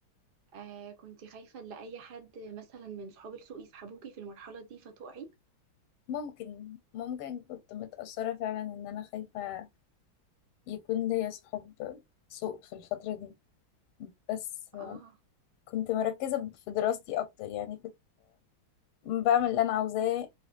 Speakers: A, on the right; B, on the left.
A: آه كنت خايفه ان اي حد مثلا من صحاب السوق يسحبوكي في المرحله دي فتقعي
B: ممكن ممكن كنت متاثره فعلا ان انا خايفه يكون ليا صحاب سوء في الفتره دي بس
A: اه
B: كنت مركزه في دراستي اكتر يعني بعمل اللي انا عاوزاه